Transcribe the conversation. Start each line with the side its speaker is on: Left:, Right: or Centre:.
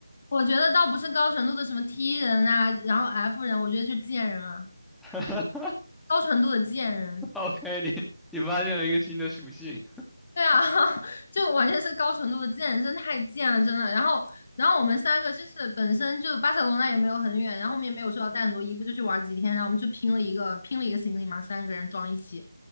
Left: 我觉得倒不是高纯度的什么 T 人啊，然后 F 人，我觉得是贱人啊，
Centre: <laughs>
Left: 高纯度的贱人。
Centre: OK，你你发现了一个新的属性，
Left: <laughs> 对啊，<laughs> 就完全是高纯度的贱，真太贱了，真的。然后，然后我们三个就是本身就巴塞罗那也没有很远，然后我们也没有说要带很多衣服，就去玩几天，然后我们就拼了一个拼了一个行李嘛，三个人装一起。